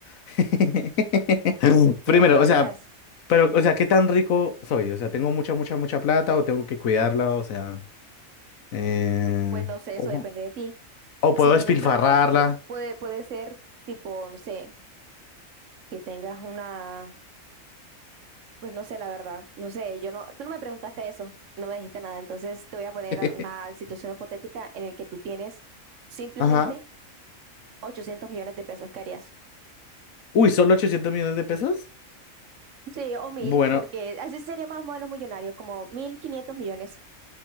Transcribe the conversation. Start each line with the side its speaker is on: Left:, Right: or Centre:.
Left: <laughs>
Right: ¿Pero
Left: Primero,
Right: qué
Left: o
Right: harías?
Left: sea, pero, o sea, ¿qué tan rico soy? O sea, ¿tengo mucha, mucha, mucha plata o tengo que cuidarla? O sea, eh,
Right: Pues no sé, eso
Left: o
Right: depende de ti.
Left: o
Right: Si
Left: puedo
Right: tienes
Left: despilfarrarla.
Right: plata, pu- puede, puede ser tipo, no sé, que tengas una, pues no sé, la verdad, no sé, yo no, tú no me preguntaste eso, no me dijiste nada, entonces te voy a poner
Left: <laughs>
Right: a una situación hipotética en el que tú tienes simplemente
Left: Ajá.
Right: 800 millones de pesos, ¿qué harías?
Left: Uy, ¿solo ochocientos millones de pesos?
Right: Sí, o mil,
Left: Bueno,
Right: porque así sería más o menos millonario, como 1.500 millones.